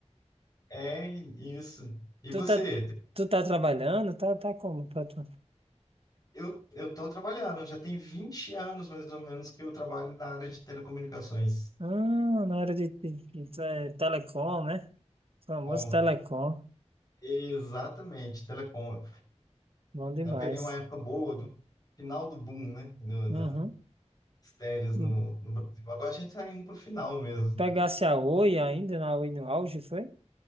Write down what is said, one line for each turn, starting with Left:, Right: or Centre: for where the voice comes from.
Left: É isso. E
Right: Tu
Left: você?
Right: tá, tu tá trabalhando? Tá, tá como pra tu?
Left: Eu eu estou trabalhando, já tem 20 anos mais ou menos que eu trabalho na área de telecomunicações.
Right: Ah, na área de, de, de te- telecom, né? Famoso
Left: Bom,
Right: telecom.
Left: exatamente, telecom.
Right: Bom demais.
Left: Eu peguei uma época boa do final do boom, né, do-
Right: Uhum.
Left: das teles
Right: Hum.
Left: no, no Brasil. Agora a gente tá indo pro final mesmo.
Right: Pegasse a Oi ainda, na Oi no auge, foi?